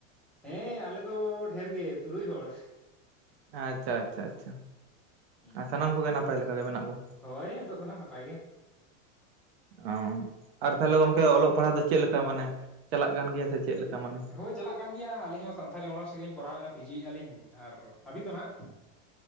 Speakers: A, in the centre; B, on the right.
A: ᱦᱮᱸ ᱟᱞᱮ ᱫᱚ ᱰᱷᱮᱨ ᱜᱮ ᱛᱩᱨᱩᱭ ᱦᱚᱲ᱾
B: ᱟᱪᱪᱷᱟ ᱟᱪᱪᱷᱟ ᱟᱪᱪᱷᱟ
A: ᱦᱩᱸ
B: ᱥᱟᱱᱟᱢ ᱠᱚᱜᱮ ᱱᱟᱯᱟᱭ ᱞᱮᱠᱟ ᱜᱮ ᱢᱮᱱᱟᱜ ᱠᱚᱣᱟ?
A: ᱦᱳᱭ ᱱᱤᱛᱚᱜ ᱫᱚ ᱱᱟᱦᱟᱸᱜ ᱱᱟᱯᱟᱭ ᱜᱮ᱾
B: ᱚ ᱟᱨ ᱛᱟᱦᱚᱞᱮ ᱜᱚᱝᱠᱮ ᱚᱞᱚᱜ ᱯᱟᱲᱦᱟᱜ ᱫᱚ ᱪᱮᱫ ᱞᱮᱠᱟ ᱢᱟᱱᱮ ᱪᱟᱞᱟᱜ ᱠᱟᱱ ᱜᱮᱭᱟ ᱥᱮ ᱪᱮᱫ ᱞᱮᱠᱟ ᱢᱟᱱᱮ?
A: ᱦᱳᱭ ᱪᱟᱞᱟᱜ ᱠᱟᱱ ᱜᱮᱭᱟ ᱟᱹᱞᱤᱧ ᱦᱚᱸ ᱥᱟᱱᱛᱷᱟᱞᱤ ᱚᱱᱟᱨᱥ ᱜᱮᱞᱤᱧ ᱠᱚᱨᱟᱣᱮᱫᱼᱟ ᱯᱤ ᱡᱤ ᱭᱟᱜᱼᱟᱹᱞᱤᱧ ᱟᱨ ᱟᱹᱵᱤᱱ ᱫᱚ ᱱᱟᱦᱟᱸᱜ?